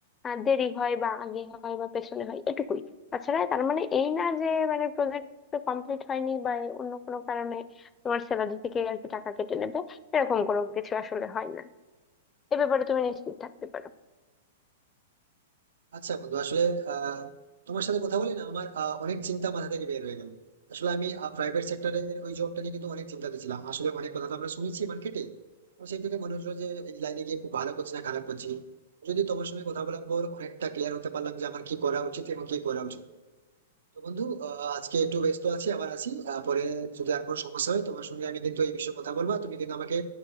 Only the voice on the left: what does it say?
আহ, দেরি হয় বা আগে হয় বা পেছনে হয় এটুকুই তাছাড়া তার মানে এই না যে মানে প্রজেক্ট কমপ্লিট হয়নি বা অন্য কোনো কারণে তোমার স্যালারি থেকে আর কি টাকা কেটে নেবে এরকম কোনো কিছু আসলে হয় না এ ব্যাপারে তুমি নিশ্চিত থাকতে পারো